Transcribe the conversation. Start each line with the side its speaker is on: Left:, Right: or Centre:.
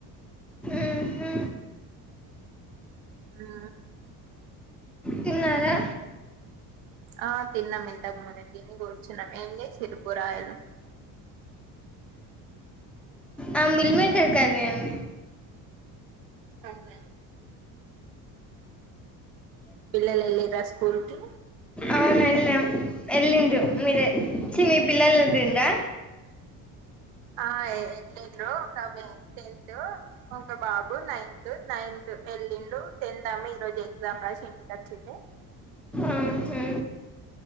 Centre: ఉహు
Right: నా
Centre: తిన్నారా
Right: ఆ తిన్నాం ఇంతక ముందే తిని గూర్చున్నాం ఏం దెస్తిరి కూరగాయలు
Centre: ఆ మిల్ మేకర్ కర్రీ అండి
Right: అవునా పిల్లలు ఎళ్ళిర్ర స్కూల్ కి
Centre: అవును ఎల్ళాం ఎల్లిండ్రు మీర చి మీ పిల్లలు ఎళ్ళిండ్రా
Right: ఆ ఏ ఎల్లిండ్రు ఒక ఆమె టెన్త్ ఒక బాబు నైన్తు నైన్తు ఎళ్లిండు టెన్త్ ఆమె ఈ రోజు ఎగ్జామ్ రాసి ఇంటికొచ్చింది
Centre: ఆహా